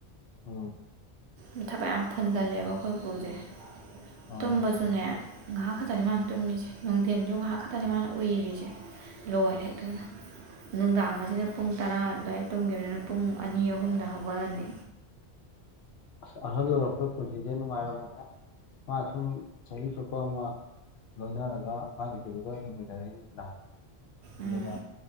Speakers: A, on the left (about 70°); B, on the right (about 85°).
A: ꯑꯣ
B: ꯃꯊꯕꯛ ꯌꯥꯝ ꯐꯨꯟꯒꯜꯂꯦꯕ ꯑꯩꯈꯣꯏꯄꯨꯁꯦ
A: ꯑꯥ
B: ꯇꯨꯝꯕꯁꯨ ꯑꯗꯨꯅꯦ ꯉꯥꯏꯍꯥꯛ ꯈꯛꯇꯅꯤ ꯃꯥꯅ ꯇꯨꯝꯃꯤꯁꯦ ꯅꯨꯡꯊꯤꯟꯁꯨ ꯉꯥꯏꯍꯥꯛ ꯈꯛꯇꯅꯤ ꯃꯥꯅ ꯎꯏꯔꯤꯁꯦ ꯂꯣꯏꯔꯦ ꯑ ꯇꯨꯅ ꯅꯨꯡꯗꯥꯡ ꯑꯁꯤꯅ ꯄꯨꯡ ꯇꯔꯥ ꯑꯗꯨꯋꯥꯏ ꯇꯨꯝꯈꯤꯕꯅꯤꯅ ꯄꯨꯡ ꯑꯅꯤ ꯑꯍꯨꯝꯗ ꯍꯧꯒꯠꯂꯅꯤ
A: ꯑꯁ ꯑꯍꯜ ꯑꯣꯏꯔꯛꯄꯩ ꯄꯨꯟꯁꯤꯁꯦ ꯅꯨꯡꯉꯥꯏꯔꯝꯃꯣꯏꯍꯦ ꯃꯥ ꯁꯨꯝ ꯆꯍꯤ ꯆꯨꯞꯄ ꯑꯃ ꯂꯣꯏꯅꯔꯒ ꯃꯥꯏ ꯅꯨꯄꯤꯗꯨꯒ ꯍꯤꯡꯃꯤꯟꯅꯔꯛꯏꯅꯤꯗꯅ ꯑꯗꯨꯒ
B: ꯎꯝ